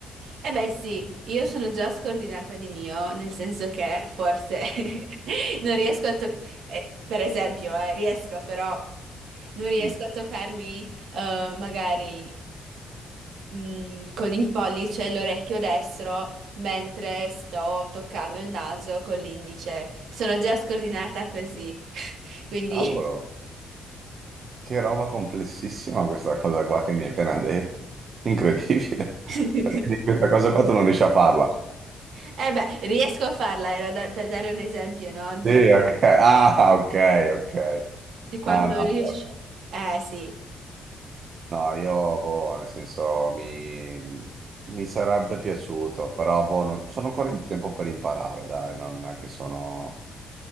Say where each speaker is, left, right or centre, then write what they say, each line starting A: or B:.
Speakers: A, on the right; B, on the right.
A: Eh beh sì, io sono già scordinata di mio, nel senso che forse <laughs> non riesco a toccare, per esempio, eh, riesco però, non riesco
B: Mm.
A: a toccarmi eh, magari mh, con il pollice l'orecchio destro mentre sto toccando il naso con l'indice. Sono già scordinata così, <laughs> quindi...
B: Cavolo. Che roba complessissima questa cosa qua che mi hai appena detto. Incredibile. <laughs>
A: <laughs>
B: Cioè, quindi questa cosa qua tu non riesci a farla.
A: Eh beh, riesco a farla, era da- per dare un esempio, no? Di,
B: Sì, ok. Ah, ok, ok.
A: di quanto
B: No, no,
A: riesci.
B: guarda.
A: Eh sì.
B: no, io, boh, nel senso, mi, mi sarebbe piaciuto, però, boh, non- sono ancora in tempo per imparare, dai, non è che sono...